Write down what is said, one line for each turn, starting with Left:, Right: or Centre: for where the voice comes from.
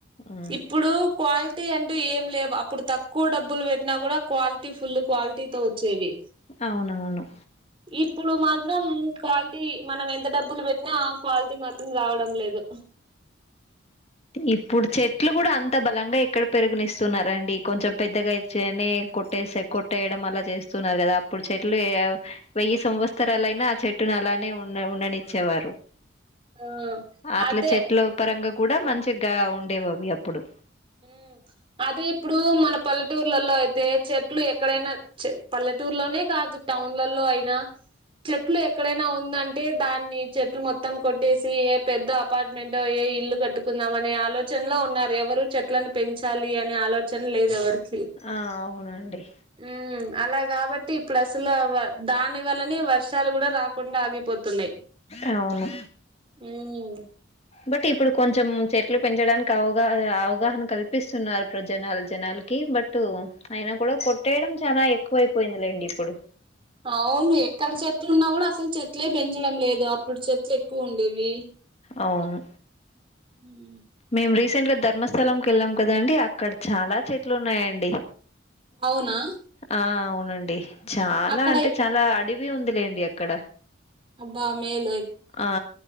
Left: ఊ
Right: ఇప్పుడు క్వాలిటీ అంటే ఏం లేవు అప్పుడు తక్కువ డబ్బులు పెట్టినా కూడా క్వాలిటీ ఫుల్లు క్వాలిటీతో వచ్చేవి
Left: అవునవును
Right: ఇప్పుడు మాత్రం క్వాలిటీ మనం ఎంత డబ్బులు పెట్టినా ఆ క్వాలిటీ మాత్రం రావడం లేదు
Left: ఇప్పుడు చెట్లు కూడా అంత బలంగా ఎక్కడ పెరగనిస్తున్నారండి కొంచెం పెద్దగైతేనే కొట్టేసే కొట్టేయడం అలా చేస్తున్నారు కదా అప్పుడు చె ట్లు యవ్ వెయ్యి సంవత్సరాలైనా ఆ చెట్టును అలానే ఉ ఉండనిచ్చేవారు
Right: ఆ
Left: అట్ల
Right: అదే
Left: చెట్లు పరంగా కూడా మంచిగా ఉండేవి అవి అప్పుడు
Right: ఊ అదే ఇప్పుడు మన పల్లెటూర్లల్లో అయితే చెట్లు ఎక్కడైనా చె పల్లెటూరులోనే కాదు టౌన్లల్లో అయినా చెట్లు ఎక్కడైనా ఉందంటే దాన్ని చెట్లు మొత్తం కొట్టేసి ఏ పెద్ద పార్ట్మెంటో ఏ ఇల్లు కట్టుకుందాం అనే ఆలోచనలో ఉన్నారు ఎవరూ చెట్లను పెంచాలి అనే ఆలోచన లేదు ఎవరిక
Left: ఆ అవునండి
Right: ఊ అలా కాబట్టి ఇప్పుడు అసలు దాని వల్లనే వర్షాలు కూడా రాకుండా ఆగిపోతున్నాయి
Left: అవును
Right: ఉమ్
Left: బట్ ఇప్పుడు కొంచెం చెట్లు పెంచడానికి అవగాహ అవగాహన కల్పిస్తున్నారు జనాలు జనాలకి హే బట్ అయినా కూడా కొట్టేయడం చాలా ఎక్కువైపోయిందిలేండి ఇప్పుడు
Right: అవును ఎక్కడ చెట్లు ఉన్నా కూడా అసలు చెట్లే పెంచడం లేదు అప్పుడు చెట్లు ఎక్కువ ఉండేవి
Left: అవును
Right: ఉమ్
Left: మేం రీసెంట్ గా ధర్మ స్థలంకి వెళ్ళాం కదా అండి అక్కడ చాలా చేట్లు ఉన్నాయండి
Right: అవునా
Left: ఆ అవునండి చాలా
Right: అక్కడ
Left: అంటే చాలా అడవి ఉందిలేండి అక్కడ
Right: హబ్బా మెయిల్
Left: ఆ